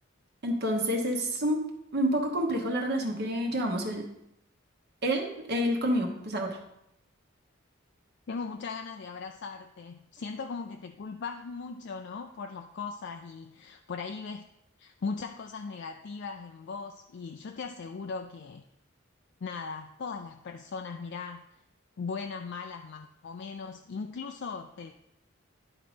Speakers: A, on the right; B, on the left.
A: Entonces es un, un poco complejo la relación que llevamos él, él, él conmigo, pues ahora.
B: Tengo muchas ganas de abrazarte. Siento como que te culpas mucho, ¿no? Por las cosas y por ahí ves muchas cosas negativas en vos y yo te aseguro que nada, todas las personas, mirá, buenas, malas, más o menos, incluso te